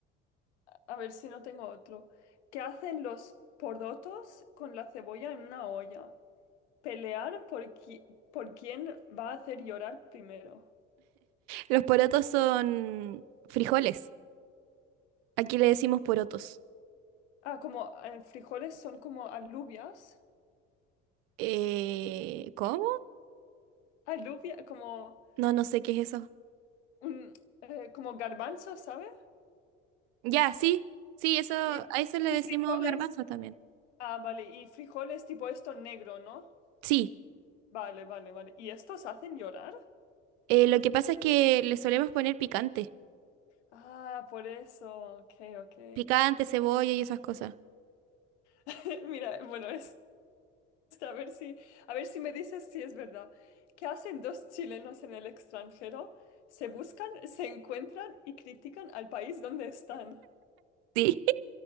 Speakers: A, on the left; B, on the right.
A: A ver si no tengo otro. ¿Qué hacen los porotos con la cebolla en una olla? Pelear por, qui- por quién va a hacer llorar primero.
B: los porotos son frijoles. Aquí le decimos porotos.
A: Ah, como eh, frijoles son como alubias.
B: Eh, ¿cómo?
A: Alubia, como
B: No, no sé qué es eso.
A: un, eh, como garbanzo, ¿sabe?
B: Ya, sí, sí, eso, a
A: Y,
B: eso le
A: y
B: decimos
A: frijoles.
B: garbanzos también.
A: Ah, vale. Y frijoles tipo esto negro, ¿no?
B: Sí,
A: Vale, vale, vale. ¿Y estos hacen llorar?
B: eh, lo que pasa es que le solemos poner picante,
A: Ah, por eso. Ok, ok.
B: picante, cebolla y esas cosas.
A: <laughs> Mira, bueno, es, a ver si, a ver si me dices si es verdad. ¿Qué hacen dos chilenos en el extranjero? Se buscan, se encuentran y critican al país donde están.
B: Sí,